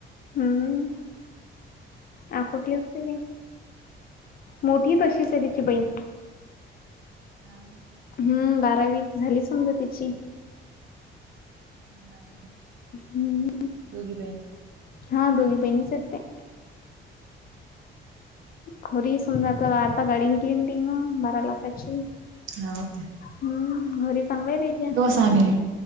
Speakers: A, on the left; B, on the right.
A: हम्म. आकोटले असते ते. मोठी तशीच आहे तिची बहीण.
B: हा ना.
A: हम्म बारावी झाली समजा तिची.
B: हाव काय
A: हम्म.
B: दुधी बेन
A: हा दोघी बहिणीच आहे ते. खरी ही समजा आता आता गाडी घेतली तेनं बारा लाखाची.
B: हाव काय.
A: हम्म घरी चांगलय तेच्या
B: सहा मिनिट